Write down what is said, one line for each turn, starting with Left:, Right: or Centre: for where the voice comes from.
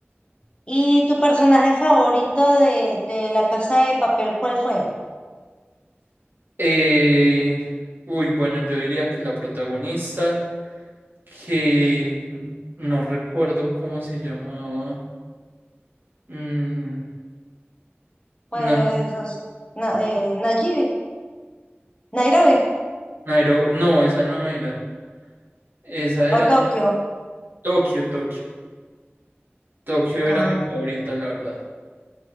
Left: ¿Y tu personaje favorito de, de La Casa de Papel, cuál fue?
Right: Eh, uy, bueno, yo diría que la protagonista, que no recuerdo cómo se llamaba. Mm,
Left: Pues
Right: Na-
Left: es Na- eh, Nayibi, Nairobi
Right: Nairo- no, esa no era. Esa era
Left: o Tokio.
Right: la- Tokio, Tokio. Tokio
Left: Ah,
Right: era mi favorita, la verdad.